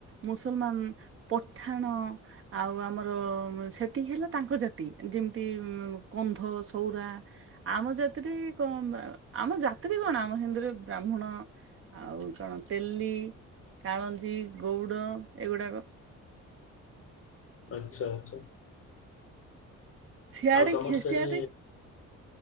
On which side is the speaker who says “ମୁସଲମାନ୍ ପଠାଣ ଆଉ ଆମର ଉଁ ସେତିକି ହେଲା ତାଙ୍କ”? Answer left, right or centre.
Right